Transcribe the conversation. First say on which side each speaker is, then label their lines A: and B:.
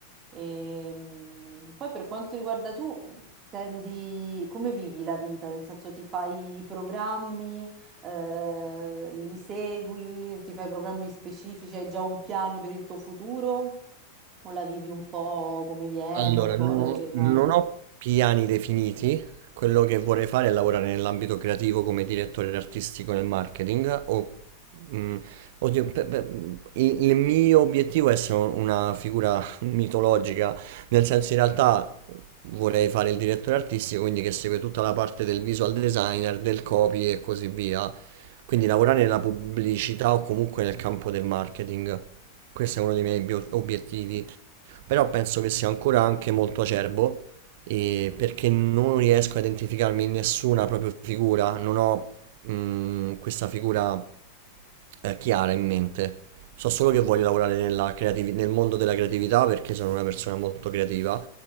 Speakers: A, on the right; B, on the right.
A: Ehm, poi per quanto riguarda tu, ehm, tendi, come vivi la vita? Nel senso ti fai i programmi, eh, li segui, ti fai programmi specifici, hai già un piano per il tuo futuro o la vivi un po' come viene,
B: Allora,
A: un po'
B: no-
A: alla giornata?
B: non ho piani definiti. Quello che vorrei fare è lavorare nell'ambito creativo come direttore artistico nel marketing. O, mm, oddio, pe- pe- il, il mio obiettivo è essere un- una figura <laughs> mitologica, nel senso in realtà vorrei fare il direttore artistico, quindi che segue tutta la parte del visual designer, del copy e così via. Quindi lavorare nella pubblicità o comunque nel campo del marketing. Questo è uno dei miei bio- obiettivi però penso che sia ancora anche molto acerbo e perché non riesco a identificarmi in nessuna proprio figura, non ho mm, questa figura eh, chiara in mente. So solo che voglio lavorare nella creativi- nel mondo della creatività perché sono una persona molto creativa